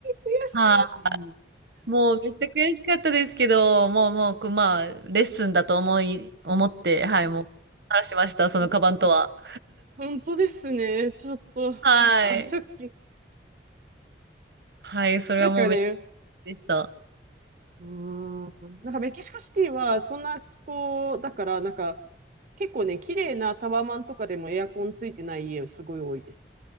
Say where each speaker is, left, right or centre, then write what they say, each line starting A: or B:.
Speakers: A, on the right; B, on the right.
A: 悔しい。
B: はい。もうめっちゃ悔しかったですけど、もうもう、まあ、レッスンだと思い、思って、はい、もう、話しました、そのカバンとは。
A: うん。本当ですね。ちょっと、
B: はい。
A: あ、ショッキング。
B: はい、それはもうめっちゃ
A: なんかね、
B: でした。
A: うーん。なんかメキシコシティはそんな気候だから、なんか結構ね、綺麗なタワマンとかでもエアコンついてない家すごい多いです。